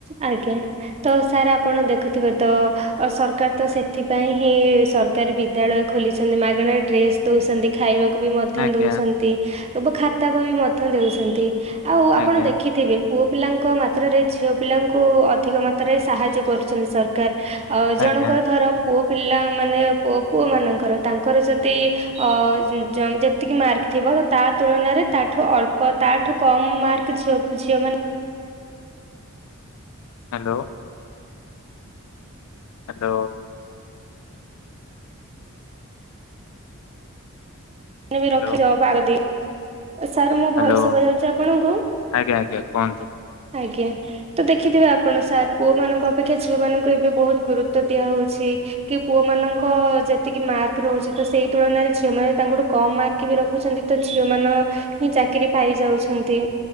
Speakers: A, on the right; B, on the left.
A: ଆଜ୍ଞା ତ ସାର୍ ଆପଣ ଦେଖୁଥିବେ ତ ସରକାର ତ ସେଥିପାଇଁ ହିଁ ସରକାରୀ ବିଦ୍ୟାଳୟ ଖୋଲି ଛନ୍ତି ମାଗେଣା ଡ୍ରେସ ଦଉଛନ୍ତି ଖାଇବାକୁ ବି ମଧ୍ୟ
B: ଆଜ୍ଞା
A: ଦଉଛନ୍ତି ଖାତା ବହି ମଧ୍ୟ ଦଉଛନ୍ତି ଆଉ ଆପଣ
B: ଆଜ୍ଞା
A: ଦେଖିଥିବେ ପୁଅ ପିଲାଙ୍କ ମାତ୍ରରେ ଝିଅ ପିଲାଙ୍କୁ ଅଧିକ ମାତ୍ରାରେ ସାହାଯ୍ୟ କରୁଛନ୍ତି ସରକାର ଆଉ ଜଣଙ୍କର
B: ଆଜ୍ଞା
A: ଧର ପୁଅ ପିଲା ମାନେ ପୁଅ ପୁଅ ମାନଙ୍କ ତାଙ୍କର ଯଦି ଓ ଯେତିକି ମାର୍କ ଥିବ ତା ତୁଳନାରେ ତାଠୁ ଅଳ୍ପ ତାଠୁ କମ୍ ମାର୍କ ଝିଅ ଝିଅମାନେ
B: hello hello
A: ମେ
B: hello
A: ବି ରଖିର ବାର ଦେଇ ସାର୍ ମୋ
B: ହ୍ୟାଲୋ
A: ଭଏସ ଶୁଭା ଯାଉଛି ଆପଣଙ୍କୁ
B: ଆଜ୍ଞା ଆଜ୍ଞା କୁହନ୍ତୁ।
A: ଆଜ୍ଞା। ତ ଦେଖିଥିବେ ଆପଣ ସାର୍ ପୁଅ ମାନଙ୍କ ଅପେକ୍ଷା ଝିଅ ମାନଙ୍କୁ ଏବେ ବହୁତ ଗୁରୁତ୍ୱ ଦିଆ ହଉଚି କି ପୁଅ ମାନଙ୍କ ଯେତିକି ମାର୍କ ରହୁଚି ତ ସେଇ ତୁଳନାରେ ଝିଅ ମାନେ ତା କମ ମାର୍କ ବି ରଖୁଛନ୍ତି ତ ଝିଅ ମାନ ହିଁ ଚାକିରି ପାଇଯାଉଛନ୍ତି।